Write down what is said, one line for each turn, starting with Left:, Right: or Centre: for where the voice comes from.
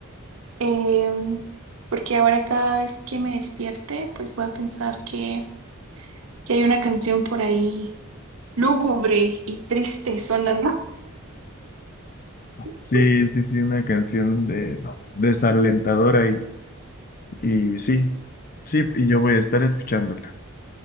Right: Em, porque ahora cada vez que me despierte, pues voy a pensar que, que hay una canción por ahí Lúgubre y triste sonando. <laughs>
Left: Sí, sí, sí, una canción de desalentadora y, y sí, sí, y yo voy a estar escuchándola.